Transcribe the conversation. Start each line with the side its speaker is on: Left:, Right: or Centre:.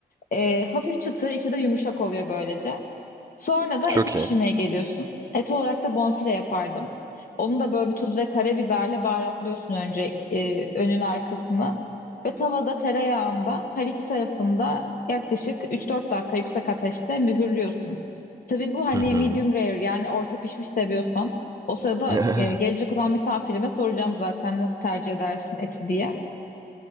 Left: E, hafif çıtır, içi de yumuşak oluyor böylece. Sonra da
Right: Çok
Left: eti pişirmeye
Right: iyi.
Left: geliyorsun. Et olarak da bonfile yapardım. Onu da böyle bir tuz ve karabiberle baharatlıyorsun önce e, önün arkasını. Ve tavada tereyağında her iki tarafında yaklaşık 3-4 dakika yüksek ateşte mühürlüyorsun. Tabii bu hani
Right: Hı hı.
Left: medium rare yani orta pişmiş seviyorsan. O sırada
Right: <laughs>
Left: e, gelecek olan misafirime soracağım zaten nasıl tercih edersin eti diye.